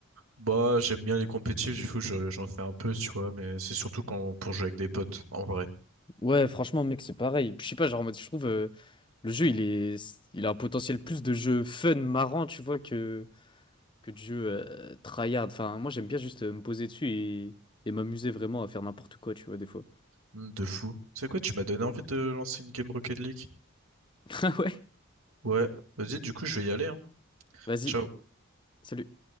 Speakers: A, on the right (about 80°); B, on the left (about 25°).
A: Bah, j'aime bien les compétitifs, du coup, je- j'en fais un peu, tu vois, mais c'est surtout quand, pour jouer avec des potes, en vrai.
B: Ouais, franchement, mec, c'est pareil. Puis, Je sais pas, genre, en mode, je trouve euh, le jeu, il est, il a un potentiel plus de jeu fun, marrant, tu vois, que, que de jeu euh, tryhard. Enfin, moi, j'aime bien juste euh, me poser dessus et, et m'amuser vraiment à faire n'importe quoi, tu vois, des fois.
A: Hmm, De fou. C'est quoi, tu m'as donné envie de lancer une game Rocket League?
B: <laughs> Ah ouais,
A: Ouais, vas-y, du coup, je vais y aller, hein.
B: vas-y,
A: Ciao.
B: salut.